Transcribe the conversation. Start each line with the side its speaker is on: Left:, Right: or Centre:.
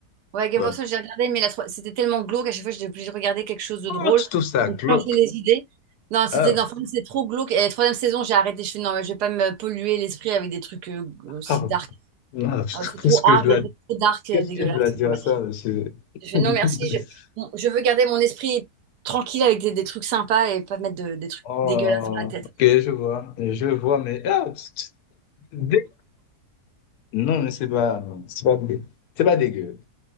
Right: Ouais, Game
Left: Ouais.
Right: of Thrones, j'ai regardé, mais la tro- c'était tellement glauque, à chaque fois, j'étais obligée de regarder quelque chose de
Left: Oh,
Right: drôle.
Left: tu trouves ça
Right: Donc,
Left: glauque.
Right: changer les idées. Non, c'était
Left: Ah,
Right: non, franchement, c'est trop glauque. Et la troisième saison, j'ai arrêté. Je fais non, mais je vais pas me polluer l'esprit avec des trucs euh, aussi
Left: ah,
Right: dark.
Left: ah,
Right: Ah, c'est trop
Left: qu'est-ce que
Right: hard,
Left: je dois,
Right: c'est trop dark, euh,
Left: qu'est-ce
Right: dégueulasse.
Left: que je dois dire
Right: Dommage.
Left: à ça, monsieur? <laughs>
Right: Je fais non, merci. Je, bon, je veux garder mon esprit tranquille avec des, des trucs sympas et pas mettre de- des trucs
Left: Oh,
Right: dégueulasses dans la tête.
Left: ok, je vois, je vois, mais ah, dès Non, mais c'est pas, c'est pas, dé- c'est pas dégueu.